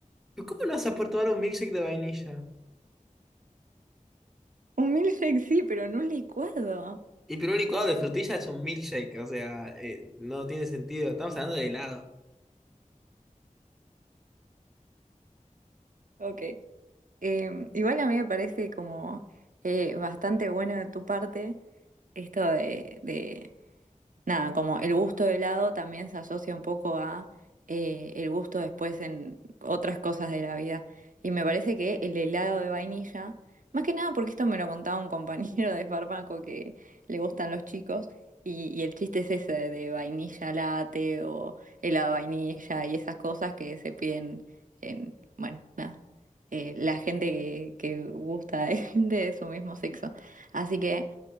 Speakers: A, in the centre; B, on the right.
A: ¿Pero ¿Cómo nos has aportado un milkshake de vainilla?
B: <laughs> Un milkshake sí, pero en un licuado.
A: Y pero un licuado de frutilla es un milkshake, o sea, eh, no tiene sentido. Estamos hablando de helado.
B: Ok. Em, igual a mí me parece como eh, bastante bueno de tu parte esto de, de nada, como el gusto de helado también se asocia un poco a eh, el gusto después en otras cosas de la vida. Y me parece que el helado de vainilla, más que nada porque esto me lo contaba un compañero de fármaco que le gustan los chicos, y, y el chiste es ese de vainilla latte o helado de vainilla y esas cosas que se piden en, bueno, nada, eh, la gente que, que gusta de <laughs> gente de su mismo sexo. Así que...